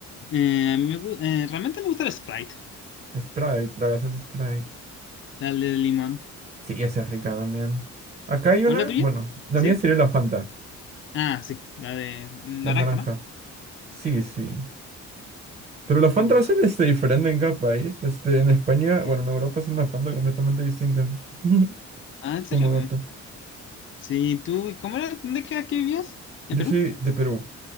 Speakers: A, on the left (about 40°); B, on the right (about 30°).
A: eh, me, gu- eh, realmente me gusta el Sprite.
B: Sprite, la gaseosa Sprite.
A: La de limón.
B: Sí, esa es rica también. Acá hay
A: ¿Cuál
B: una,
A: es la tuya?
B: bueno, la
A: ¿Sí?
B: mía sería la Fanta,
A: Ah, sí. La de naranja,
B: la naranja.
A: ¿no?
B: Sí, sí. Pero la Fanta
A: Mm,
B: la hacen este, diferente en cada país. Este, en España,
A: sí.
B: bueno, en Europa es una Fanta completamente distinta. <laughs>
A: Ah, ¿en serio?
B: Como
A: Mm.
B: dato.
A: Sí, tú, ¿cómo era? ¿Dónde que aquí vivías? ¿En
B: Yo
A: Perú?
B: soy de Perú.